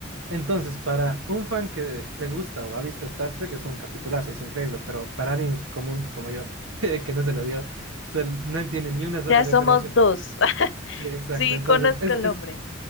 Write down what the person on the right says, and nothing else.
Entonces, para un fan que le gusta o ha visto Star Trek es un capitulazo, es increíble, pero para alguien común como yo, <laughs> que no se lo vio, o sea, no entiende ni una
sola referencia,
pero
sí, exacto.
Entonces,
es,
es,